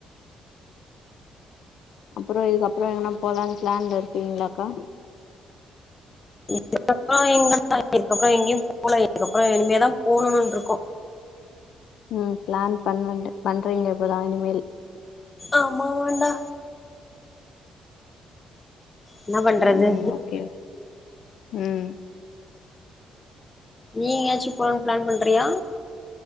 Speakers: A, on the left; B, on the left.
A: அப்பறோ இதுக்கப்பறோ எங்கன்னா போலான் பிளான்ல இருக்கீங்களாக்கா
B: <inaudible> எங்க பா இருக்கப்பறோ எங்கயூ போல இதுக்கப்பறோ இனிமே தா போணுனுன்ருக்கோ
A: ம் பிளான் பண்ணண்டு பண்றீங்க இப்பதா இனிமேல்
B: ஆமாவாண்டா என்னா பண்றது
A: ம். ஓகே. ம்
B: நீ எங்கயாச்சு போலான் பிளான் பண்றயா